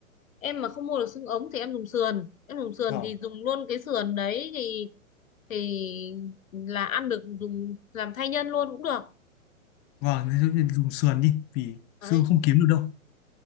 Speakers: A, on the left; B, on the left.
A: em mà không mua được xương ống thì em dùng sườn em dùng sườn
B: vâng
A: thì dùng luôn cái sườn đấy thì thì là ăn được dùng làm thay nhân luôn cũng được
B: vâng thế thì dùng sườn đi vì
A: đấy
B: xương không kiếm được đâu